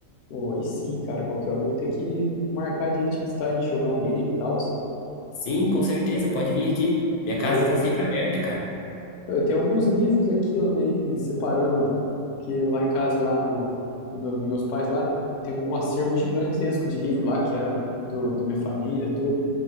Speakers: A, on the left; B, on the left.
A: Pô, aí sim, cara, qualquer hora eu vou ter que marcar de ir te visitar, a gente jogar um game e tal.
B: Sim, com certeza, pode vir aqui. Minha casa
A: Boa.
B: tá sempre aberta, cara.
A: Eu tenho alguns livros aqui, eu andei separando, que lá em casa, lá no, no meu, nos meus pais, lá tem um acervo gigantesco de livro lá, que era do, do minha família, tudo.